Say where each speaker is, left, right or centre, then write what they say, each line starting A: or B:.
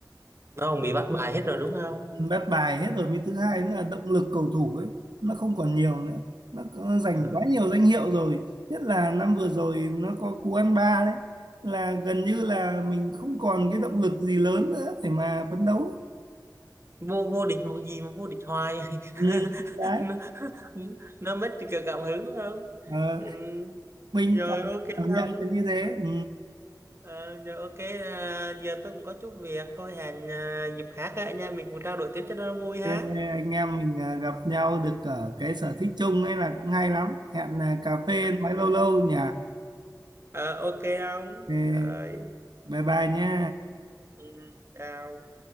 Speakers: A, on the right (about 35°); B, on the right (about 85°).
A: nó cũng bị bắt bài hết rồi đúng không
B: bắt bài hết rồi mới thứ hai nữa là động lực cầu thủ ấy nó không còn nhiều nữa nó có- giành
A: Ờ,
B: quá nhiều danh hiệu rồi nhất là năm vừa rồi nó có cú ăn ba đấy là gần như là mình không còn cái động lực gì lớn nữa để mà phấn đấu ấy.
A: vô vô địch một gì mà vô địch hoài
B: ừ,
A: <laughs>
B: đấy
A: nó nó mất cả cảm hứng đúng không
B: Ờ,
A: ừ.
B: mình
A: rồi
B: cảm,
A: ok
B: cảm
A: không
B: nhận là như thế ừ.
A: Ờ, giờ ok à, giờ tôi cũng có chút việc thôi hẹn à, dịp khác á, anh em mình cũng trao đổi tiếp cho nó vui ha.
B: Thế Anh em mình à, gặp nhau được ở cái sở thích chung ấy là cũng hay lắm. Hẹn à, cà phê
A: Ờ
B: nói lâu lâu nhỉ.
A: ờ, ok không?
B: Thế,
A: Rồi.
B: Bye bye nhé.
A: Ừ, chào.